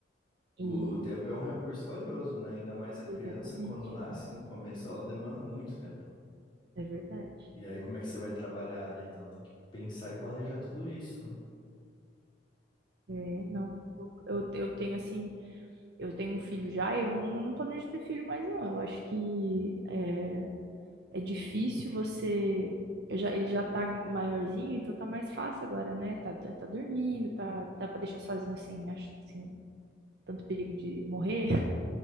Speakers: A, on the right (about 55°); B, on the left (about 25°).
A: E
B: O tempo é um recurso valioso, né? Ainda mais a criança,
A: exatamente,
B: quando nasce, no começo, ela demanda muito tempo.
A: é verdade.
B: E aí, como é que você vai trabalhar, né? Então, tem que pensar e planejar tudo isso, né?
A: É, não, tá eu, eu tenho assim, eu tenho um filho já, e eu não, eu não planejo ter filho mais, não. Eu acho que é, é difícil você. Eu já, ele já tá maiorzinho, então tá mais fácil agora, né? Tá, tá dormindo,
B: Uhum.
A: tá, dá pra deixar sozinho sem, acho, sem tanto perigo de morrer.